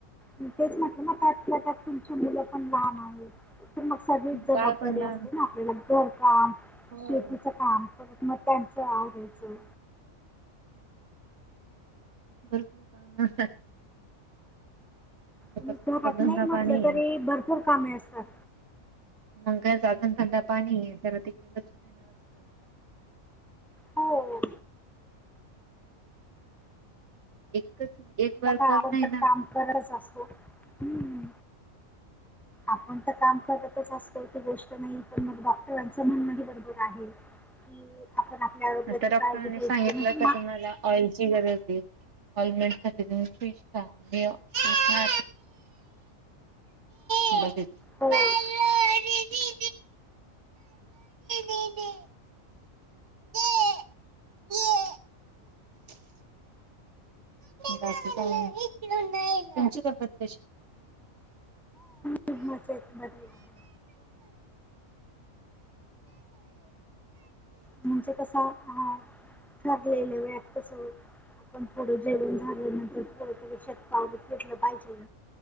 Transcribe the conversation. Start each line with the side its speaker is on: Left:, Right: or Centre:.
Centre: तेच म्हटलं ना त्यातल्या त्यात तुमची मुलं पण लहान आहेत तर मग सगळीच जबाबदारी
Right: बाळ पण लहान
Centre: असते ना आपल्याला घरकाम
Right: हो
Centre: शेतीच काम करत मग त्यांचं आवडायचं
Right: भरपूर काम घरचा
Centre: आणि
Right: थोडासा
Centre: घरात नाही
Right: धंदा
Centre: म्हटलं
Right: पाणी
Centre: तरी
Right: आहे.
Centre: भरपूर कामे असतात
Right: मर अजूनधा पाणी ज तिकडे लक्ष न वातो
Centre: हो.
Right: एकच एक वरपर
Centre: बघा आपण
Right: नाही
Centre: तर
Right: ना.
Centre: काम करतच असतो हम्म आपण तर काम करत. असत गोष्ट नाही पण मग डॉक्टरांचं म्हणणं हे बरोबर आहे की आपण आपल्या आरोग्याची
Right: आता डॉक्टरांनी
Centre: काळजी घ्यायची
Right: सांगितलं
Centre: म्हणजेग
Right: का ऑइलची वर ऑलमंड साठी तुम्ही फिश ख मी म बालडी
Centre: हो
Right: बालडी दिनी ह ते बाकी काय नाही, तुमची तबेत कशी?
Centre: <inaudible> म्हणजे कस हा ठरलेलं वत कस आपण पुढे जेडून झारले री शेत पावेतलं पाहिजे